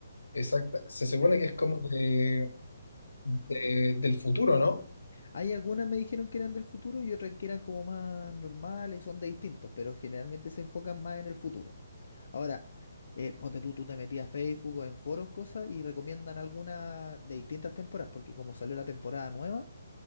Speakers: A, on the left; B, on the left.
A: Exacta. Se supone
B: Pero
A: que es como de, de- del futuro, ¿no?
B: hay algunas me dijeron que eran del futuro y otras que eran como más normales, son de distintos, pero generalmente se enfocan más en el futuro. Ahora, eh, ponte tú, tú te metías a Facebook o en foros, cosas, y recomiendan alguna de distintas temporadas, porque como salió la temporada nueva,